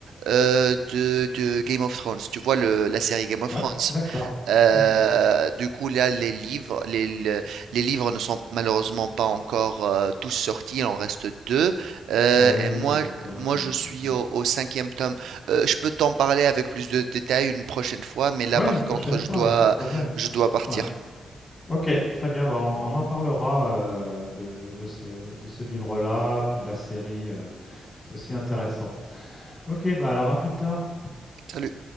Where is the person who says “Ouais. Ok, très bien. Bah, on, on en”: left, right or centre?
Left